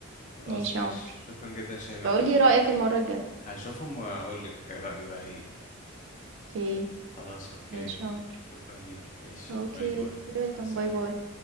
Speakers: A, on the left (about 35°); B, on the right (about 60°).
A: خلاص
B: ماشي
A: ماشي
B: يا عمر
A: شكرا جدا يا شيماء
B: بقول لي رأيك المرة الجاية
A: هشوفهم واقول لك رأيي بقى ايه
B: اوكي
A: خلاص اوكي
B: ماشي يا عمر
A: شكرا ليك ماشي
B: اوكي
A: باي باي
B: يا ويلكم
A: مع السلامة
B: باي باي